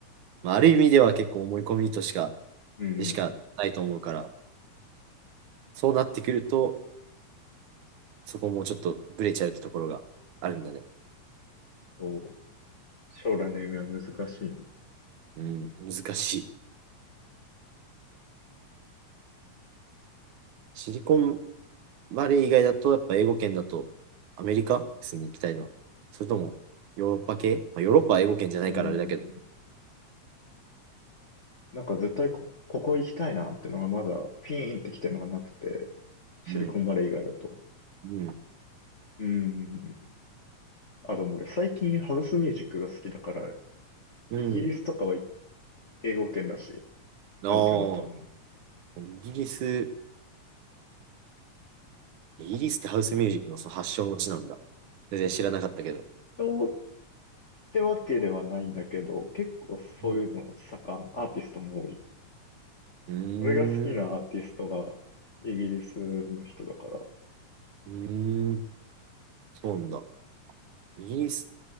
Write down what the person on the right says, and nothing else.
まあ、ある意味では結構思い込みとしか、
でしかないと思うから、そうなってくると、そこもちょっとブレちゃうってところがあるんだね。
うん、難しい。シリコンバレー以外だと、やっぱ英語圏だと、アメリカ普通に行きたいな。それとも、ヨーロッパ系、まあ、ヨーロッパは英語圏じゃないからあれだけど。
うん、うん、
うん。
ああ、イギリス、イギリスってハウスミュージックのその発祥の地なんだ。全然知らなかったけど。
うん、
うーん、
う
ーん、そうなんだ。イギリス